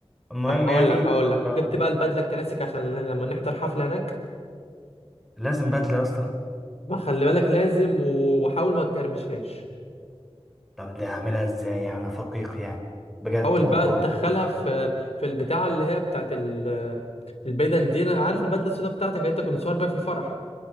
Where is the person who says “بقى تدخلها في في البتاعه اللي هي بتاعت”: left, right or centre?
Left